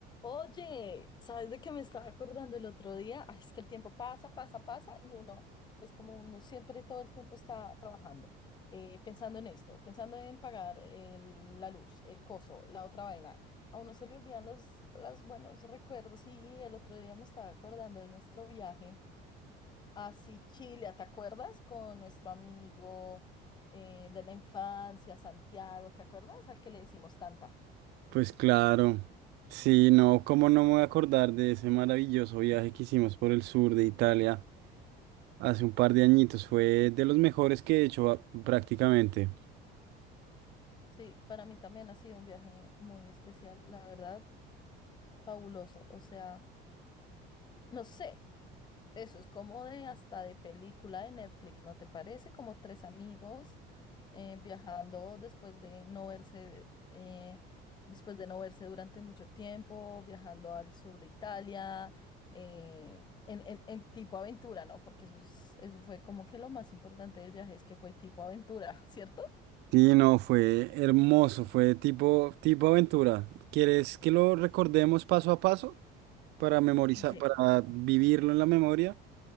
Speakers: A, on the left; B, on the right.
A: Oye, ¿sabes de qué me estaba acordando el otro día? Ay, es que el tiempo pasa, pasa, pasa y uno es como uno siempre todo el tiempo está trabajando, eh, pensando en esto, pensando en pagar el- la luz, el coso, la otra vaina. A uno se le olvidan los, los buenos recuerdos y el otro día me estaba acordando de nuestro viaje a Sicilia, ¿te acuerdas? Con nuestro amigo eh, de la infancia, Santiago, ¿te acuerdas? Al que le decimos tanta.
B: Pues claro, sí, no, cómo no me voy a acordar de ese maravilloso viaje que hicimos por el sur de Italia hace un par de añitos. Fue de los mejores que he hecho ah, prácticamente.
A: Sí, para mí también ha sido un viaje muy especial, la verdad, fabuloso. O sea, no sé, eso es como de hasta de película de Netflix, ¿no te parece? Como tres amigos eh, viajando después de no verse, eh, después de no verse durante mucho tiempo, viajando al sur de Italia, eh, en, en- en tipo aventura, ¿no? Porque eso es, eso fue como que lo más importante del viaje es que fue tipo aventura, <laughs> ¿cierto?
B: Sí, no, fue hermoso, fue tipo, tipo aventura. ¿Quieres que lo recordemos paso a paso para memorizar,
A: De-
B: para vivirlo en la memoria?